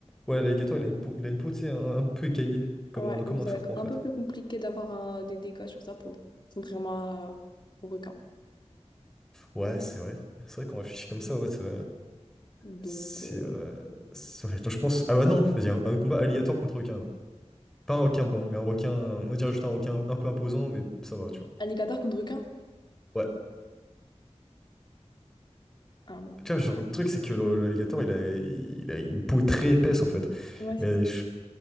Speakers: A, in the centre; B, on the left.
A: ouais, l'alligator, il a une peau, il a une peau, tu sais, un, un peu écaillée, comme
B: Ah ouais,
A: un,
B: donc
A: comme
B: ça
A: un serpent
B: va être un
A: en fait.
B: peu plus compliqué d'avoir un- des dégâts sur sa peau, contrairement à- au requin.
A: Ouais, c'est vrai. C'est vrai qu'on réfléchit comme ça, ouais. ça-
B: Donc,
A: C'est.
B: euh,
A: euh, c'est vrai. Donc, je pense. Ah bah non, vas-y, un, un combat alligator contre requin. Pas un requin blanc, mais un requin. On dirait juste un requin un peu imposant, mais ça va, tu vois.
B: alligator contre requin?
A: Ouais.
B: Ah,
A: Tu vois, genre, le truc, c'est que le- l'alligator, il a, il a une peau très épaisse, en fait.
B: ouais, c'est
A: Mais
B: ça.
A: je-